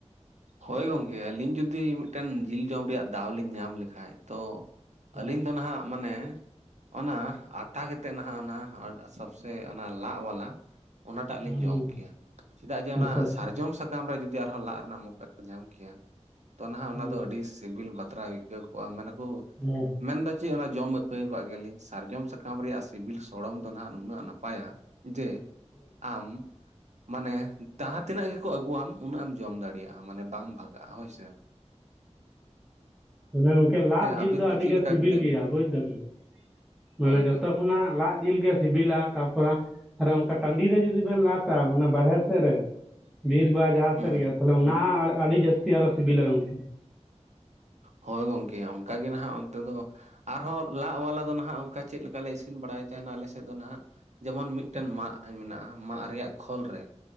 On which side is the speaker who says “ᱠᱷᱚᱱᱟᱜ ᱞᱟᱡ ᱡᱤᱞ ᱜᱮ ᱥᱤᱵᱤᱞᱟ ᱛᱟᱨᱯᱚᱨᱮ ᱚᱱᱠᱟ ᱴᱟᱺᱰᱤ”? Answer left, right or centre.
Centre